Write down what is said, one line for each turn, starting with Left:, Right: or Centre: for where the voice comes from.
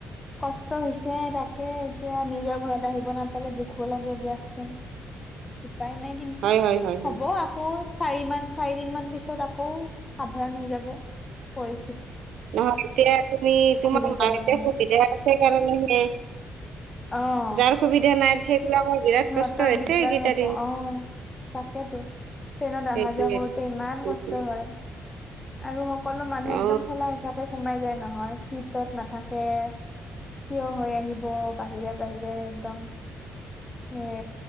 Left: কষ্ট হৈছে তাকে এতিয়া নিজৰ ঘৰত আহিব নাপালে দুখো লাগে দিয়কচোন উপায় নাই কিন্তু
Right: হয় হয় হয়
Left: হ'ব
Right: হয়
Left: আকৌ চাৰি মান চাৰি দিন মান পিছত আকৌ সাধাৰণ হৈ যাব পৰি
Right: নহয় এতিয়া তুমি তোমাৰ
Left: ঘূৰি
Right: মাৰতি
Left: যাব নহয়
Right: সুবিধা আছে কাৰণেহে
Left: অ
Right: যাৰ সুবিধা নাই সেইবিলাকৰ বিৰাট
Left: সিহঁতৰ
Right: কষ্ট হৈছে
Left: দিগদাৰ
Right: এইকেইটা
Left: হ'ব
Right: দিন
Left: আহ তাকেতো। ট্ৰেইনত অহা
Right: সেইটোৱে
Left: যোৱা কৰোতে ইমান
Right: সেইটোৱে
Left: কষ্ট হয়। আৰু সকলো মানুহ
Right: অ
Left: একদম ঠেলা হেঁচাকে সোমাই যায় নহয় চিটত নাথাকে থিয় হৈ আহিব বাহিৰে বাহিৰে একদম। এ